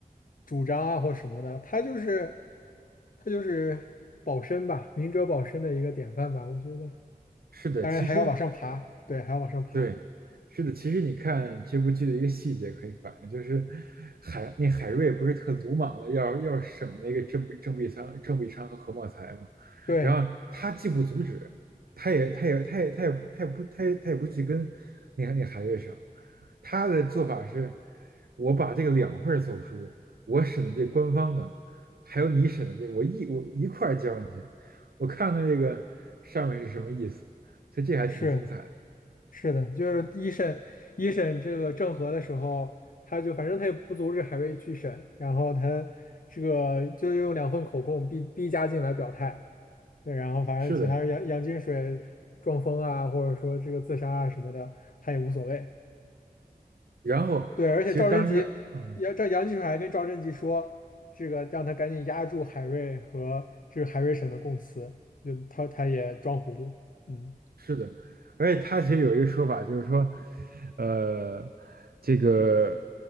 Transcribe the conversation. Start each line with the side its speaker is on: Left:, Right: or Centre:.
Left: 主张啊或什么的，他就是他就是保身吧，明哲保身的一个典范吧，我觉得。
Right: 是的，
Left: 当然还要往上爬，
Right: 其实，
Left: 对，还要往上爬，
Right: 对，是的，其实你看这部剧的一个细节可以反映，就是海那海瑞不是特鲁莽的要要审那个郑必郑必昌郑必昌和何茂才嘛，
Left: 对，
Right: 然后他既不阻止，他也他也他也他也不他也不他也他也不去跟那个那个海瑞审，他的做法是，我把这个两份儿奏书，我审的这官方的，还有你审的这个我一我一块儿交上去，我看看这个上面是什么意思，所以这还挺精彩的。
Left: 是。是的，就是一审一审这个郑和的时候，他就反正他也不阻止海瑞去审，然后他这个就用两份口供逼逼嘉靖来表态，对，然后反正其他人杨杨金水撞疯啊，
Right: 是的，
Left: 或者说这个自杀啊什么的，他也无所谓。
Right: 然后其实当时，
Left: 对，而且赵贞吉杨赵杨金水还跟赵贞吉说，
Right: 嗯，
Left: 这个让他赶紧压住海瑞和这个海瑞审的供词，就他他也装糊涂，嗯。
Right: 是的，而且他其实有一个说法，就是说，呃，这个